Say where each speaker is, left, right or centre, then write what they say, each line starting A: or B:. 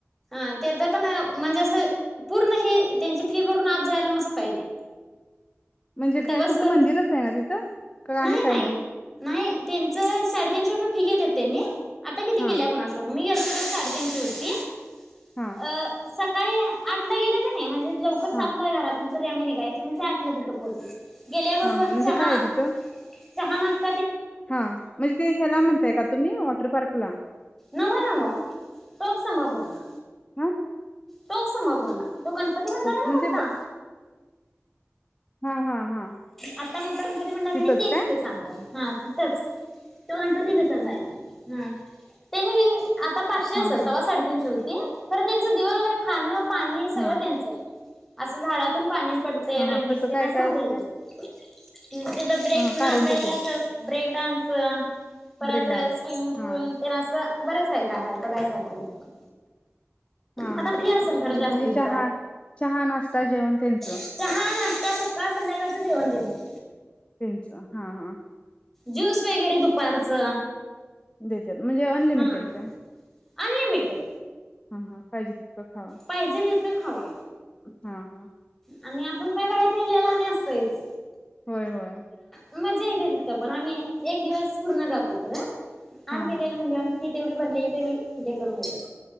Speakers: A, in the centre; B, on the left.
A: हा त्याच पण म्हणजे असं पूर्ण हे त्यांची फी भरून आत जायला मस्त आहे ते.
B: म्हणजे
A: दिवसभर
B: काय फक्त मंदिरच आहे ना तिथं? का
A: नाही
B: आणि काय
A: नाही
B: आहे?
A: नाही त्यांच साड तीनशे रुपये फी घेण्यात त्यांनी. आता किती
B: हां,
A: केल्या कुणास ठाऊक मी <unintelligible> त्यांची होती.
B: हां,
A: अ स आठला गेल कणी म्हणजे लवकर
B: हां,
A: सातल घरात तरी आम्ही निघायचो म्हणजे आठला तिथं पोहचू गेल्याबरोबर
B: हां, हां. म्हणजे
A: चहा.
B: काय आहे तिथं?
A: चहा-नाष्टा.
B: हा म्हणजे ते ह्याला म्हणताय का तुम्ही वॉटर पार्क ला.
A: नव्हं, नव्हं, टोपसंभापुरला.
B: हा.
A: टोपसंभापूरला. तो गणपती म्हणता कनी
B: म्हणजे
A: मोठा.
B: हा हा हा
A: आता मोठा गणपती म्हणला कनी
B: तिथंच
A: तेच
B: काय
A: ते सांगालोय. हा तिथंच. तो गणपती तिथंच आहे, हा. त्यांनी आता पाचशे असेल,
B: हा हा
A: तेव्हा साडेतीनशे होतं. खर त्यांच दिवसभर खाण पाणी सगळं
B: हा
A: त्यांचं. असं झाडातून पाणी पडतयं
B: हा
A: रंगीत
B: हा कसं
A: ते
B: काय
A: ना असं
B: काय
A: बाहेर
B: असते
A: येतय. तिथं ब्रेक
B: हा हा कारंजा
A: नाचायला
B: तेन
A: असं ब्रेक डान्स परत
B: ब्रेक डान्स
A: स्विमिंग
B: हा
A: पूल तेन असं बरंच काय काय हाय, बघाय सारखं तिथं.
B: हा
A: आता
B: हा
A: फी
B: म्हणजे,
A: असेल खरं जास्ती तिथं
B: चहा-चहा, नाश्ता जेवण तेनचं.
A: चहा नाश्ता सकाळ संध्याकाळचं जेवण तेनचं
B: तेनच हा हा.
A: ज्यूस वगैरे दुपारचं
B: देत्यात म्हणजे, अनलिमिटेड
A: हा
B: काय?
A: अनलिमिटेड
B: हा हा पाहिजे. खावा
A: पाहिजे तितकं खावा.
B: हा हा.
A: आणि आपण काय बाहेर नेहल्याल आणि आसतयच.
B: होय, होय.
A: मजा येते तिथं, पण आम्ही एक दिवस पूर्ण जातोय खर. आत
B: हा
A: गेलेलं
B: हा
A: म्हनल्यावर फी तेवढी भरलेली तेनी ही करून घेत्यात.